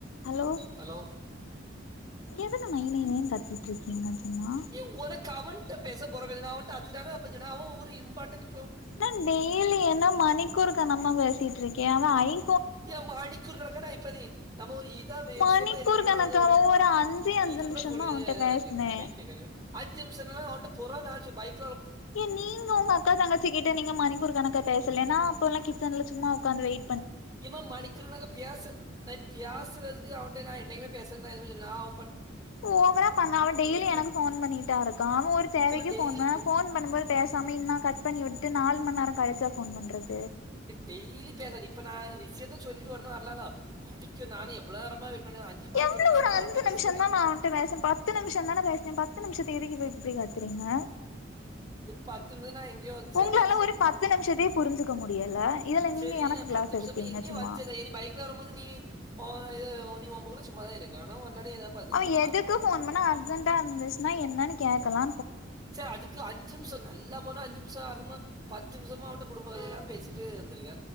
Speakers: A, on the left; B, on the right.
A: Hello
B: hello
A: எதுனமா நய் நய் நய் கத்திட்டு இருக்கீங்க சும்மா
B: ய ஒன கவன் பேச போற அவண்ட அதுதான அப்ப சொன்ன அவ ஒரு இம்பார்டன்ட்
A: நா டெய்லி என்ன மணிக்கொரு கனமா பேசிட்டு இருக்க கேவா ஐ
B: ஏ மணிக்கு ஓர் கணக்கா இப்ப நம்ம இத
A: மணிக்கூர்
B: விசயமா இருக்கனா
A: கணக்காவா
B: அத
A: ஒரு அஞ்சே
B: நீ
A: அஞ்சு
B: இத
A: நிமிஷந்தா
B: கூட புரியாது
A: அவன்ட்ட பேசுனே
B: ஒனக்கு பைத்திய காரி அஞ்சு நிமிச அவன்ட்ட புரான ஆஜ பைக்
A: ஏ நீங்க உங்க அக்கா தங்கச்சிக்கிட்ட நீங்க மணிக்கொரு கணக்கா பேசலன்னா அப்ப எல்லா கே ஸ்டாண்ட்ல சும்மா உக்காந்து வெய்
B: ஏமா மணிக்கிறக்கு பேச நா இப்ப பேசறதுக்கு அவன்ட நா என்னைக்குமே பேச நான் எதுமே சொல்ல நா அவ
A: ஓவரா பண்ண அவன் டெய்லி
B: பேசுவேன்
A: எனக்கு போன் பண்ணிட்டா இருக்கா அவன் ஒரு தேவைக்கு
B: இவன் டெய்லி
A: போன் போன் பண்ணும்போது பேசாம இன்னா கட் பண்ணி விட் நால் மணி நேர கழிச்சா ஃபோன் பண்றது
B: டெய்லி பேசாது இப்ப நா விஷயத்த சொல்லின் வரும் வரலல அடிக்க நான எவ்ளோ நேரமா பண்ணேன் அஞ்சு பத்து
A: எவ்வளோ
B: நிமிஷமா
A: ஒரு
B: அவன்கிட்ட
A: அஞ்சு
B: பேசியிருக்கேன்
A: நிமிஷந்தா நா அவன்ட பேச பத்து நிமிஷந்தான பேசுனே பத் பத்து நிமிஷத்திக்கு எதுக்கு போய் இப்படி கத்துறீங்க
B: பத்து நிமிஷ நா எங்கயோ வந்து
A: உங்களால
B: சேந்தாச்சு
A: ஒரு பத்து நிமிஷத்தையே புரிஞ்சுக்க முடியல இதுல நீங்க
B: சரி
A: எனக்கு
B: ந
A: கிளாஸ்
B: பத்து நிமிஷமா
A: எடுப்பீங்க
B: எங்கயோ
A: சும்மா
B: வந்து சேந் இனி பைக்ல வரும்போது நீ ஒ இது நீ உ போக்குல சும்மாதா இருக்கு ஆனா விளையாடி எதாவது பார்த்துட்டு
A: அவ
B: இருப்பா
A: எதுக்கு போன் பண்ணா அர்ஜென்டா இருந்துச்சு நா என்னன்னு கேக்கலா
B: சரி அதுக்கு அஞ்சு நிமிச நல்லா போனா அஞ்சு நிமிஷ ஆகுமா பத் பத்து நிமிஷமா அவன்ட்ட குடும்ப கத எல்லா பேசிட்டு வந்திருக்க